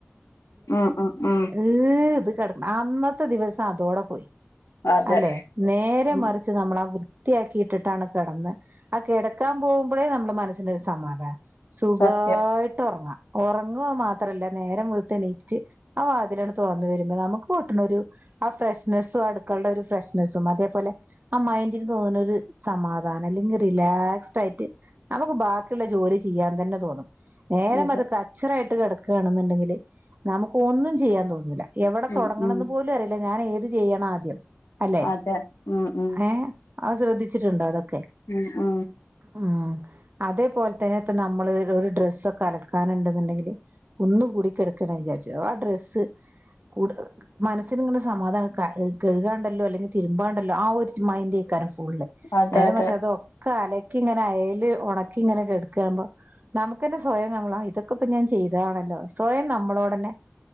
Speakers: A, on the left; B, on the right.
A: ഉം ഉ ഉം
B: ഏഹ് ഇത് കിടക്കണം അന്നത്തെ ദിവസം അതോടെ പോയി
A: അതെ
B: അല്ലെ നേരെ
A: ഉം
B: മറിച്ച്ു നമ്മളാ വൃത്തിയാക്കി ഇട്ടിട്ടാണ് കിടന്ന് ആഹ കിടക്കാൻ പോകുമ്പോഴേ നമ്മുടെ മനസ്സിനൊ രു സമാധാന സുഖായിട്ട്
A: സത്യം
B: ഉറങ്ങാം ഉറങ്ങുവ മാത്രല്ല നേരം വളുത്ത് എണീറ്റ് അ വാതിലൊന്ന് തോറന്നു വരുമ്പോ നമുക്ക് കിട്ടണരു ആ ഫ്രഷ്നസ്സും അടുക്കളുടെ ഒരു ഫ്രഷ്നസ്സും അതേപോലെ അ മൈന്റിക്ക് തോന്നുന്നരു സമാധാനം അല്ലെങ്കിൽ റിലാക്സ് ആയിട്ട് നമുക്ക് ബാക്കിയുള്ള ജോലി ചെയ്യാൻ തന്നെ തോന്നും നേരം
A: അതെ
B: അത് കച്ചറായിട്ട് കിടക്കുകയാണെന്നുണ്ടെങ്കില് നമുക്ക് ഒന്നും ചെയ്യാൻ തോന്നൂല എവിടെ
A: ഉം
B: തുടങ്ങണന്ന്
A: ഉം
B: പോലും അറിയില്ല ഞാൻ ഏത് ചെയ്യണം ആദ്യം അല്ലെ
A: അതെ ഉം ഉം
B: ഏഹ അത് ശ്രദ്ധിച്ചിട്ടുണ്ടോ അതൊക്കെ
A: ആഹ
B: ഉം അതേപോലെ തന്നെ ഇപ്പ നമ്മള് ഒരു ഡ്രെസ്സ ഒക്കെ അലക്കാനുണ്ടെന്നുണ്ടെങ്കില് കുന്ന് കൂടിക്കിടക്കണ വിചാരിച്ചു ആ ഡ്രസ്സ് കൂടു മനസ്സിിന ഇങ്ങനെ സമാധാനം കഴുകാണ്ടല്ലോ അല്ലെങ്കിൽ തിരുമ്പാണ്ടല്ലോ ആ ഒരു മൈൻഡ്ക്കാനം ഫുള്ള്
A: അതെ
B: നേരമറിച്ച്
A: അതെ
B: അതൊക്കെ അലക്കി ഇങ്ങനെ അയല് ഉണക്കി ഇങ്ങനെൊക്കെ കെടുക്കാണുമ്പോ നമുക്കന്നെ സ്വയം നമ്മളാ ഇതൊക്കെ ഇൊ ഞാൻ ചെയ്താണല്ലോ സ്വയം നമ്മളോടന്നെ